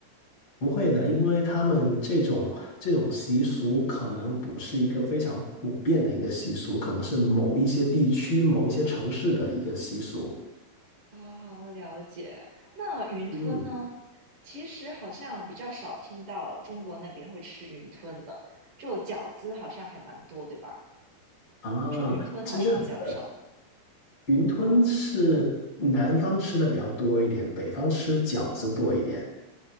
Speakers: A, on the left; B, on the right.
A: 不会的，因为他们这种这种习俗可能不是一个非常普遍的一个习俗，可能是某一些地区、某一些城市的一个习俗。
B: <laughs> 好好了解。那云吞呢？
A: 嗯，
B: 其实好像比较少听到中国那边会吃云吞的，就饺子好像还蛮多，对吧？
A: 啊，
B: 就云吞好像比较少。
A: 是这样子的，云吞是南方吃的比较多一点，
B: 嗯，
A: 北方吃饺子多一点，